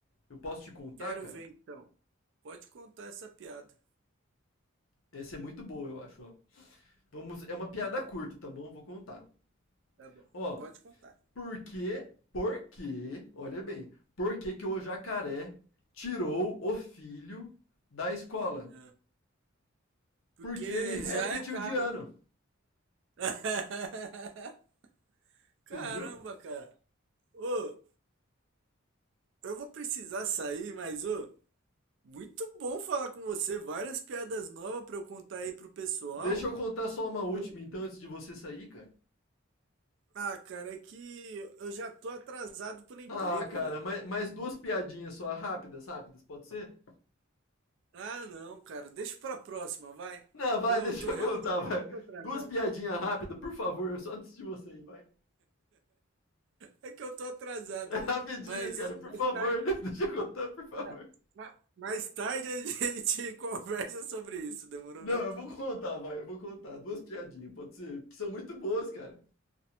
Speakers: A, on the left; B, on the right.
A: Eu posso te contar,
B: quero
A: cara?
B: ver então. Pode contar essa piada.
A: Essa é muito boa, eu acho, ó. Vamos, é uma piada
B: Hum,
A: curta, tá bom? Vou contar.
B: Tá bom.
A: Ó,
B: Pode contar.
A: por que, por que, olha bem, por que que o
B: né?
A: jacaré tirou o filho da escola?
B: Ah, Porque
A: Porque ele é reptiliano,
B: já é caro. <laughs>
A: entendeu?
B: Caramba, cara. Ô, eu vou precisar sair, mas ô, muito bom falar com você. Várias piadas novas pra eu contar aí pro pessoal.
A: Deixa eu contar só uma última,
B: Eu-
A: então, antes de você sair, cara.
B: Ah, cara, é que eu já tô atrasado por emprego,
A: Ah, cara,
B: velho.
A: mais, mais duas piadinhas só, rápidas, rápidas, pode ser?
B: Ah, não, cara, deixa pra próxima, vai.
A: Não, vai,
B: Que eu
A: <laughs> deixa
B: tô
A: eu
B: realmente
A: contar, vai.
B: muito atrasado.
A: Duas piadinhas rápidas, por favor, só antes de você ir, vai.
B: É que eu tô atrasado,
A: É rapidinho,
B: velho. Mas
A: cara, por
B: mais
A: favor,
B: tarde,
A: <laughs> né? deixa eu contar, por favor.
B: ah, ma- mais tarde a <laughs> gente conversa sobre isso, demorou?
A: Não, eu vou contar, vai, eu vou contar. Duas piadinhas, pode ser? Que são muito boas, cara.